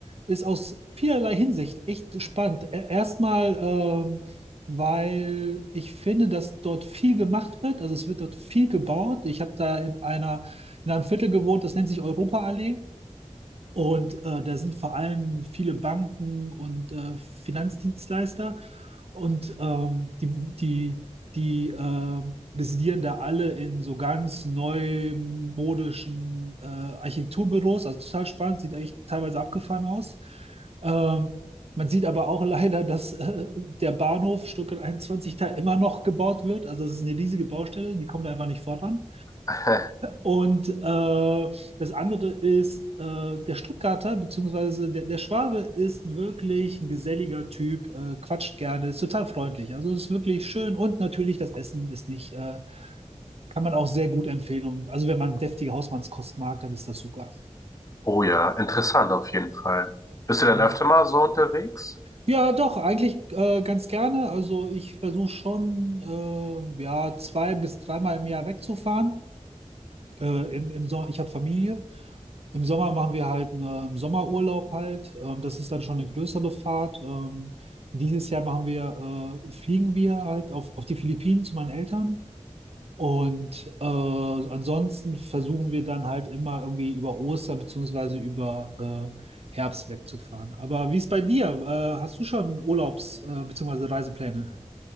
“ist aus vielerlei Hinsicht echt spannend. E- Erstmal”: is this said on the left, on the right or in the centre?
Right